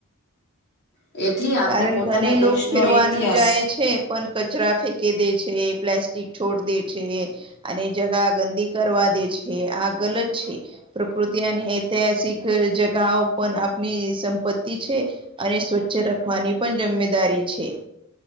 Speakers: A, on the left; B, on the right.
A: એથી આપને
B: કારણ
A: પોતાના
B: ઘણી
A: દેશનો
B: લો ફેરવાનું
A: ઇતિહાસ
B: જાય છે પણ કચરા ફેંકે દે છે પ્લાસ્ટિક છોડ દે છે અને જગા ગંદી કરવા દે છે આ ગલત છે પ્રકૃતિ અને ઐતિહાસિક જગાઓ પણ આપની સંપત્તિ છે અને સ્વચ્છ રાખવાની પણ જમેદારી છે